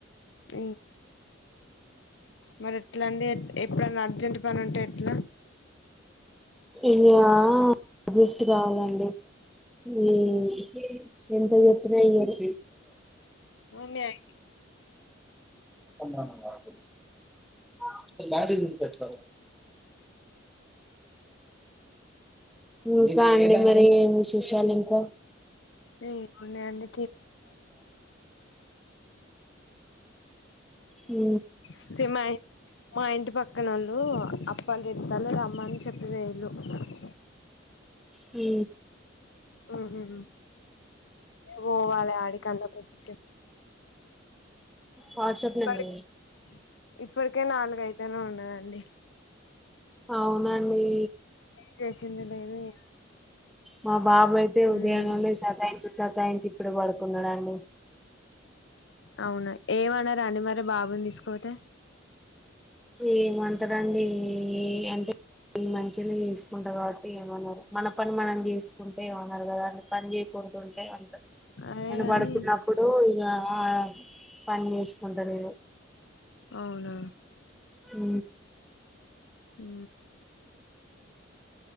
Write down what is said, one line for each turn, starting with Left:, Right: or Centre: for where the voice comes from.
Left: <unintelligible> మరి ఎట్ల అండి ఎప్పుడన్నా అర్జెంట్ పనుంటే ఎట్ల
Centre: ఇంగ అడ్జస్ట్ కావాలండి ఉమ్ ఎంత చెప్పిన ఇయ్యరు
Left: ఉన్నాయి
Centre: <unintelligible> <unintelligible> ఇంకా అండి మరి ఏమ్ విశేషాలు ఇంక
Left: ఇంగ ఎం ఉన్నాయండి
Centre: ఉ
Left: <unintelligible> మా ఇంటి పక్కనోళ్ళు అప్పాలు చేత్తలు రమ్మ చెప్పలే <unintelligible>
Centre: హు
Left: ఉహుహు పోవాలే ఆడికన్న కొద్దిసే
Centre: వాట్సాప్
Left: ఇప్పటికి
Centre: నం <inaudible>
Left: ఇప్పటికే నాలుగైతేనే ఉన్నదండి
Centre: అవునండీ
Left: చేసింది లేదు ఎ
Centre: మా బాబు అయితే
Left: ఉమ్
Centre: ఉదయం నుండి సతాయించి సతాయించి ఇప్పుడు పడుకున్నాడండి
Left: అవునా ఏమనరా అండి మరి బాబుని తీసుకోపోతే
Centre: ఏమంటరండి ఏ అంటే ఈ మంచినే చేసుకుంటా కాబట్టి ఏమనరు మన పని మనం చేసుకుంటే ఏమనరు కదా అ పని చే <unintelligible>
Left: అదే
Centre: ఆయన
Left: గాని
Centre: పడుకున్నప్పుడు ఇగా ఆ పని చేసుకుంటరు
Left: అవున
Centre: హు
Left: హు